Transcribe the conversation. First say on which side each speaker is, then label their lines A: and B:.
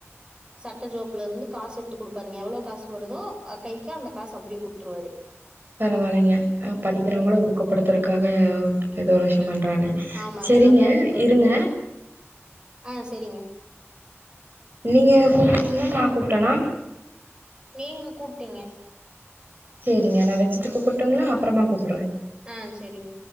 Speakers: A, on the right; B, on the right.
A: சட்ட ஜோப்புலருந்து காசு எடுத்து குடுப்பாருங்க எவ்ளோ காசு வருதோ அக் கைக்கி அந்த காசு அப்டியே குடுத்துருவாரு
B: பரவால்லைங்க அ படிக்கிறவங்கள ஊக்கப்படுத்தறக்காக எதோ விஷயம் பண்றாங்க
A: ஆமாங்க
B: செரிங்க
A: நல்லா ஊக்குவிப்பாரு
B: இருங்க
A: ஆ செரிங்க
B: நீங்க கூப்ட்டீங்களா நா கூப்ட்டனா
A: நீங்க கூப்ட்டீங்க
B: சேரிங்க நா வச்சுட்டு கூப்புட்டுங்ளா அப்பறமா கூப்புறே
A: ஆ செரிங்க